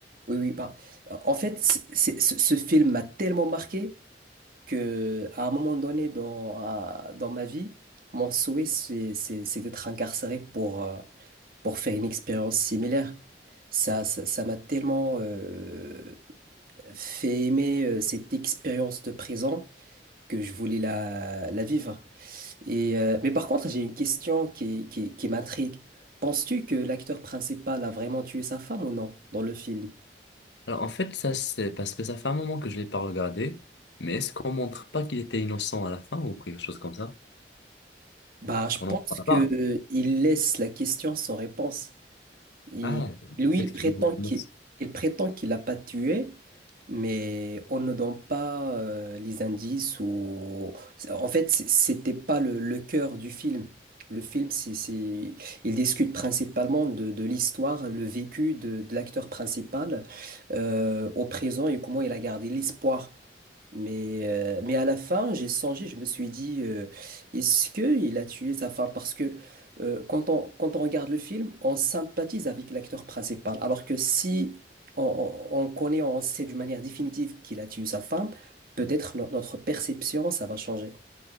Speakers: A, on the right; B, on the left.
A: Oui, oui, bah, en fait, c'est- c'est- ce ce film m'a tellement marqué que à un moment donné dans, à- dans ma vie, mon souhait, c'est c'est- c'est d'être incarcéré pour, euh, pour faire une expérience similaire. Ça, ça, ça m'a tellement euh, fait aimer euh, cette expérience de présent que je voulais la, la vivre. Et, euh, mais par contre, j'ai une question qui, qui, qui m'intrigue. Penses-tu que l'acteur principal a vraiment tué sa femme ou non dans le film?
B: Alors, en fait, ça, c'est parce que ça fait un moment que je l'ai pas regardé. Mais est-ce qu'on montre pas qu'il était innocent à la fin ou quelque chose comme ça?
A: Bah, je
B: On
A: pense
B: n'en parle
A: que
B: pas.
A: il laisse la question sans réponse. Il-
B: Ah,
A: lui,
B: le fait
A: il prétend
B: qu'il est
A: qu'il
B: innocent.
A: il prétend qu'il l'a pas tué, mais on ne donne pas euh, les indices ou... En fait, c- c'était pas le, le cœur du film. Le film, c'est, c'est- il discute principalement de, de l'histoire, le vécu de, de l'acteur principal euh, au présent et comment il a gardé l'espoir. Mais, euh, mais à la fin, j'ai songé, je me suis dit, euh, est-ce qu'il a tué sa femme? Parce que euh, quand on, quand on regarde le film, on sympathise avec l'acteur principal. Alors que si on, on- on connaît, on sait d'une manière définitive qu'il a tué sa femme, peut-être no- notre perception, ça va changer.